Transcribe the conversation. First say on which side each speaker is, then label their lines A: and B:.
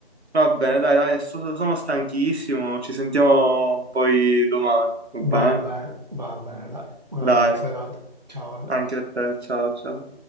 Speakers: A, on the right; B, on the right.
A: va bene, dai, dai, so- sono stanchissimo, ci sentiamo poi domani, va bene?
B: Va bene, va bene, dai. Una
A: Dai,
B: buona serata. Ciao. Ale.
A: anche a te, ciao, ciao.